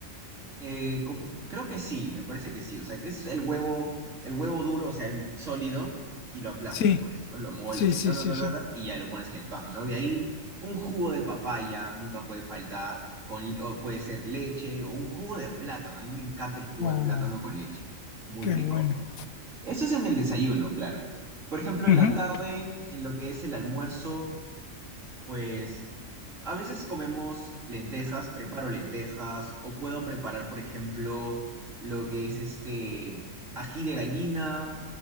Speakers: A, on the right; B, on the left.
A: Eh, como- creo que sí, me parece que sí. O sea, que es el huevo, el huevo duro, o sea, el sólido, y lo aplastas,
B: Sí,
A: pues, ¿no? Lo moldas
B: sí,
A: así,
B: sí,
A: ta, ta,
B: sí,
A: ta,
B: sí.
A: ta, ta, y ya lo pones en el pan, ¿no? De ahí, un jugo de papaya nunca puede faltar, con, o puede ser leche, o un jugo de plátano. A mí me encanta el jugo
B: Oh,
A: de plátano con leche. Es muy
B: qué
A: rico.
B: bueno.
A: Eso es en el desayuno, claro. Por ejemplo, en
B: Ujú.
A: la tarde, en lo que es el almuerzo, pues. A veces comemos lentejas, preparo lentejas, o puedo preparar, por ejemplo, lo que es este ají de gallina,